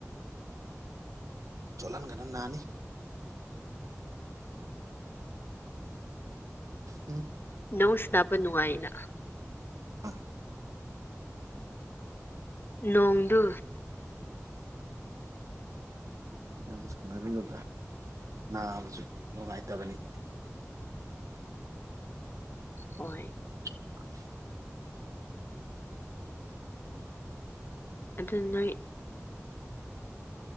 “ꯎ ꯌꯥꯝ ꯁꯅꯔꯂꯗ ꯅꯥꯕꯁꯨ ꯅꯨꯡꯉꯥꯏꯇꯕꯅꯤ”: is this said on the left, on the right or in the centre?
Right